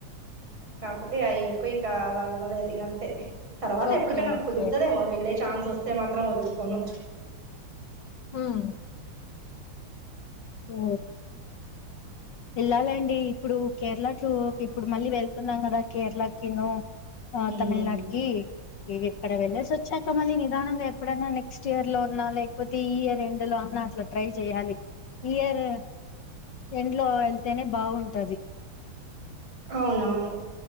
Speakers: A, on the right; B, on the left.
A: కాపోతే ఎందుకో ఇగ అలా వెళ్ళలేదు ఇగ అంతే తర్వాత
B: ఓకే
A: ఎప్పుటికై నాకు
B: ఓకే
A: కుదురుతదేమో వెళ్లేే ఛాన్స్ వస్తే మాత్రం వదులుకోను
B: హ్మ్ ఓ వెళ్ళాలండి ఇప్పుడు కేరళ టూ ఇప్పుడు మళ్ళీ వెళ్తున్నాం కదా కేరళకిను ఆ
A: ఉమ్
B: తమిళనాడుకి ఇక్కడ వెళ్లేేసి వచ్చాక మళ్ళీ నిదానంగా ఎప్పుడైనా నెక్స్ట్ ఇయర్ లో అన్నా లేకపోతే ఈ ఇయర్ ఎండ్ లో అన్నా అట్లా ట్రై చెయాలి ఇయర్ ఎండ్ లో వెళ్తేనే బాగుంటది
A: అవునవును